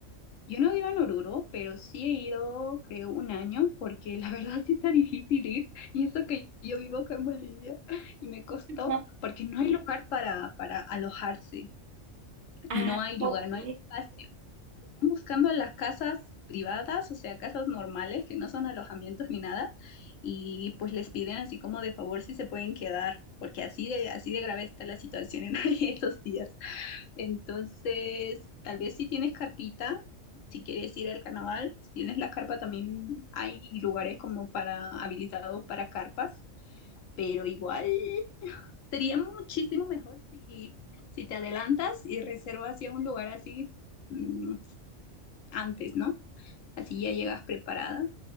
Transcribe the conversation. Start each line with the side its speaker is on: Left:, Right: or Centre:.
Left: Yo no vivo en Oruro, pero sí he ido, creo, un año, porque la <laughs> verdad sí está difícil ir. Y eso que yo vivo acá en Bolivia <laughs> y me costó,
Right: ajá.
Left: porque no hay lugar para, para alojarse.
Right: Ah,
Left: No hay
Right: ok.
Left: lugar, no hay espacio. Están buscando las casas privadas, o sea, casas normales que no son alojamientos ni nada. Y pues les piden así como de favor si se pueden quedar, porque así de, así de grave está la situación en <laughs> esos días. Entonces, tal vez si tienes carpita, si quieres ir al carnaval, si tienes la carpa también hay lugares como para habilitados para carpas, pero igual sería muchísimo mejor si, si te adelantas y reservas ya un lugar así mm, antes, ¿no? Así ya llegas preparada.